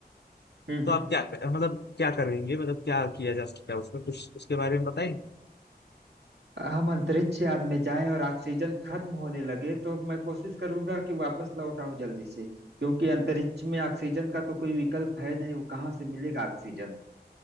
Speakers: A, on the right; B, on the left.
A: हम्म
B: तो
A: हम्म
B: आप क्या कर मतलब क्या करेंगे मतलब क्या किया जा सकता है उसमें कुछ उसके बारे में बताएं
A: हम अंतरिक्ष यान में जाएं और ऑक्सीजन खत्म होने लगे तो मैं कोशिश करूंगा कि वापस लौट आऊं जल्दी से क्योंकि अंतरिक्ष में ऑक्सीजन का तो कोई विकल्प है नहीं वो कहाँ से मिलेगा ऑक्सीजन